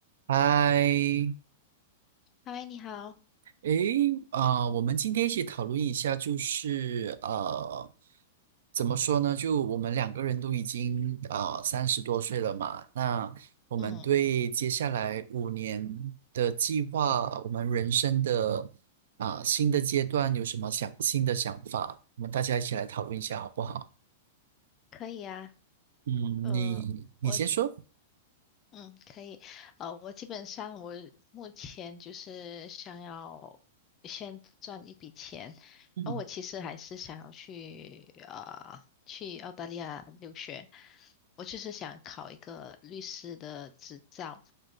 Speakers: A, on the right; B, on the left.
A: 嗨，
B: 嗨，你好，
A: 诶，啊、我们今天一起讨论一下，就是呃，怎么说呢？就我们两个人都已经呃三十多岁了嘛，那我们对接下来五年的计划，
B: 嗯，
A: 我们人生的啊、新的阶段有什么想新的想法？我们大家一起来讨论一下，好不好？
B: 可以啊，
A: 嗯，
B: 呃，
A: 你你先说。
B: 我，嗯，可以，呃，我基本上我目前就是想要先赚一笔钱，
A: 嗯。
B: 然后我其实还是想要去呃去澳大利亚留学，我就是想考一个律师的执照，